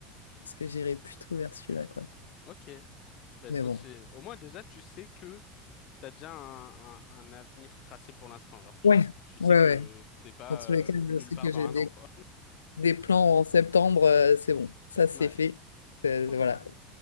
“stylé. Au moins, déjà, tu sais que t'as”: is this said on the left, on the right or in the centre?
Left